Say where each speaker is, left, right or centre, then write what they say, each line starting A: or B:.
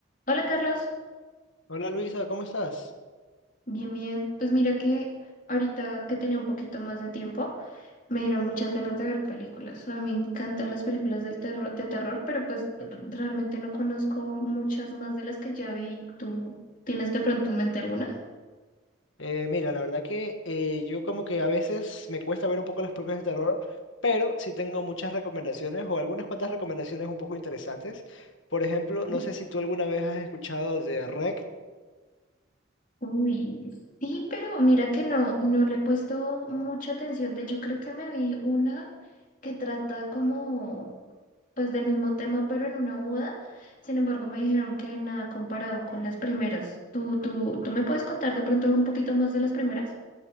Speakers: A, on the left (about 40°); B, on the left (about 65°).
A: Hola Carlos,
B: Hola Luisa, ¿cómo estás?
A: bien, bien. Pues mira que ahorita que tenía un poquito más de tiempo, me dieron muchas ganas de ver películas. A mí me encantan las películas del terror, de terror, pero pues r- realmente no conozco muchas más de las que ya vi. ¿Tú tienes de pronto en mente alguna?
B: Eh, mira, la verdad que eh, yo como que a veces me cuesta ver un poco las películas de terror, pero sí tengo muchas recomendaciones o algunas cuantas recomendaciones un poco interesantes. Por ejemplo,
A: ¿no?
B: no sé si tú alguna vez has escuchado de REC.
A: Uy, sí, pero mira que no, no le he puesto mucha atención. De hecho, creo que me vi una que trata como pues del mismo tema, pero en una boda. Sin embargo, me dijeron que nada comparado con las primeras. ¿Tú, tú, tú me puedes contar de pronto un poquito más de las primeras?